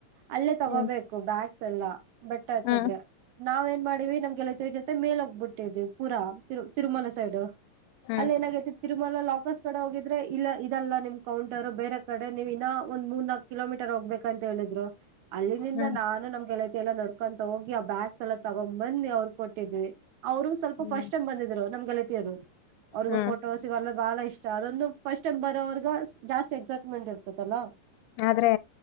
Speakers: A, on the right; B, on the left.
A: ಅಲ್ಲೇ ತಗೋಬೇಕು
B: ಹ್ಞೂ
A: ಬ್ಯಾಕ್ ಎಲ್ಲಾ ಬೆಟ್ಟ ಆಯ್ತಿದ್ರೆ
B: ಹ್ಞೂ
A: ನಾವ್ ಏನ್ ಮಾಡಿವವಿ ನಮ್ಗೆಲತಿ ಜೊತೆ ಮೇಲ್ಗ್ಬಿಟ್ಟಿದ್ವಿ ಪೂರಾ ತಿರುಮಲ ಸೈಡ್
B: ಹ್ಞೂ
A: ಅಲ್ಲಿ ಏನಾಗೈ ತಿರುಮಲ ಲಾ. ಫಕಸ್ ಕಡೆ ಹೋಗಿದ್ರೆ ಇಲ್ಲ ಇ ಇದಲ್ಲ ನಿಮ್ ಕೌಂಟರ್ ಬೇರೆ. ಕಡೆ ನೀವ್ ಇನ್ನ ಒಂದ್ ಮೂರ್ ನಾಕ್ ಕಿಲೋಮೀಟರ್ ಹೋಗ್ಬೇಕ ಅಂತ ಹೇಳಿದ್ರು ಅಲ್ಲಿನಂದ
B: ಹ್ಞೂ ಹ್ಞೂ
A: ನಾನು ನಮ್ ಗೆಳತಿ. ಎಲ್ಲ ನಡ್ಕೊಂತ ಹೋಗಿ ಆ ಬ್ಯಾಗ್ಸ್ ಎಲ್ಲ ತೊಗೊಂಡು ಬಂದ ಅವ್ರಿಗ್ ಕೊಟ್ಟಿದ್ವಿ. ಅವರು ಸ್ವಲ್ಪ
B: ಹ್ಞೂ
A: ಫಸ್ಟ್ ಟೈಮ್ ಬಂದಿದ್ರು ನಮ್ ಗೆಲಿತಿಯರು ಅವ್ರಗ
B: ಹ್ಞೂ
A: ಫೋಟೋಸ್ ಇವಲ್ಲ ಬಾಳ. ಇಷ್ಟ ಅದೊಂದು ಫಸ್ಟ್ ಟೈಮ್ ಬರೋವರ್ಗ ಜಾಸ್ತಿ ಎಕ್ಸೈಟ್ಮೆಂಟ್ ಇರ್ತದಲ್ಲಾ.
B: ಆದ್ರೆ